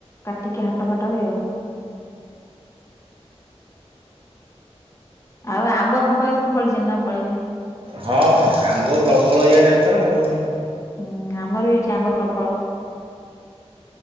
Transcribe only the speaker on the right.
ହଁ ହଁ ଆମ୍ବ ପ୍ରବଳ ଇଆଡେ ଏଥର ଆଉ।